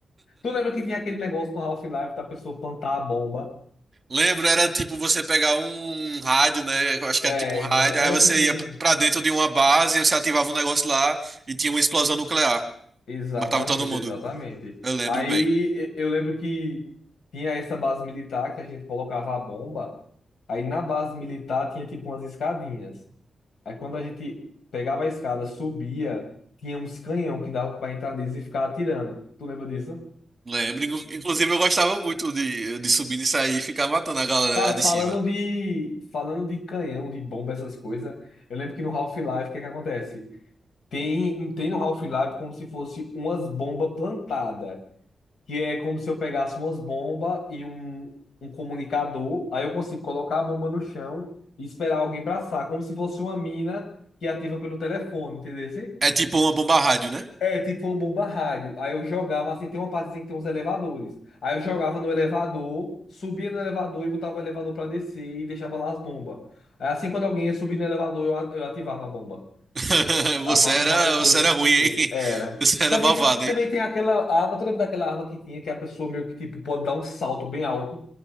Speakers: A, on the left; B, on the right.
A: Tu lembra que tinha aquele negócio no Half-Life da pessoa plantar a bomba?
B: Lembro, era tipo você pegar um rádio, né? Eu Acho que
A: É,
B: era tipo um rádio,
A: exa- era
B: aí você
A: tipo
B: ia pr-
A: um
B: pra dentro de uma base, você ativava um negócio lá e tinha uma explosão nuclear.
A: Exatamente,
B: Matava todo mundo.
A: exatamente.
B: Eu lembro
A: Aí
B: bem.
A: e- eu lembro que tinha essa base militar que a gente colocava a bomba. Aí na base militar tinha tipo umas escadinhas. Aí quando a gente pegava a escada, subia, tinha uns canhão que dava para entrar neles e ficar atirando. Tu lembra disso?
B: Lembro. Inclu- Inclusive, eu gostava muito de, de subir e sair, e ficar matando a galera
A: Cara,
B: lá
A: falando
B: de cima.
A: de falando de canhão, de bomba, essas coisas, eu lembro que no Half-Life, o que é que acontece? Tem, tem no Half-Life como se fosse umas bombas plantadas. que é como se eu pegasse umas bombas e um, um comunicador, aí eu consigo colocar a bomba no chão e esperar alguém passar, como se fosse uma mina que ativa pelo telefone, entendeu? assim?
B: É tipo uma bomba rádio, né?
A: É, tipo uma bomba rádio. Aí eu jogava, assim, tem uma parte assim que tem uns elevadores. Aí eu jogava no elevador, subia no elevador e botava o elevador pra descer e deixava lá as bombas. Aí, assim, quando alguém ia subir no elevador, eu a- eu ativava a bomba.
B: <laughs>
A: A
B: Você
A: para
B: era,
A: pessoa
B: você
A: se
B: era
A: esconder.
B: ruim, hein?
A: Era.
B: <laughs> Você era
A: Também,
B: malvado,
A: também
B: hein?
A: tem aquela arma, tu lembra daquela arma que tinha que a pessoa meio que tipo pode dar um salto bem alto?